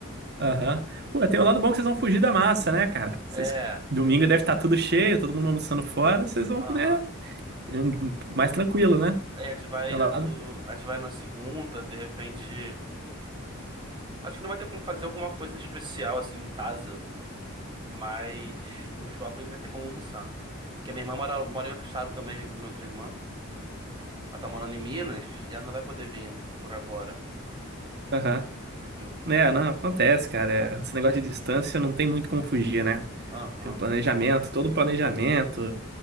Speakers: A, on the right; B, on the right.
A: Aham. Pô, tem um lado bom que vocês vão fugir da massa, né, cara? Vocês...
B: É,
A: Domingo deve estar tudo cheio, todo mundo almoçando fora. Vocês vão
B: aham.
A: poder. hum, Mais tranquilo, né?
B: Aí a gente vai
A: Tem um lado.
B: no, a gente vai na segunda, de repente. Acho que não vai ter como fazer alguma coisa especial assim em casa, mas no shopping vai ter como almoçar. Porque a minha irmã mora, mora em outro estado também, minha outra irmã. Ela tá morando em Minas e ela não vai poder vir por agora,
A: Aham.
B: entendeu?
A: Né, não, acontece, cara.
B: É,
A: É, Esse negócio de distância não tem muito como fugir, né?
B: aham.
A: Tem um planejamento, todo um planejamento.